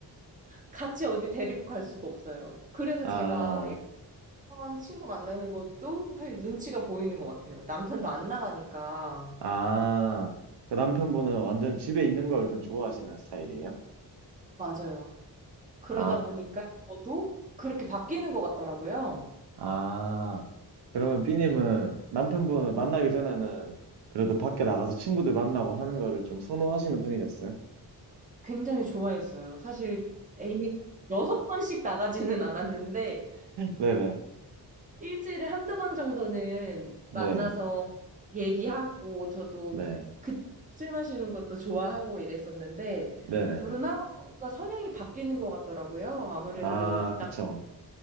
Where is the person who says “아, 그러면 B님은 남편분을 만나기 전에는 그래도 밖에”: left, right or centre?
Right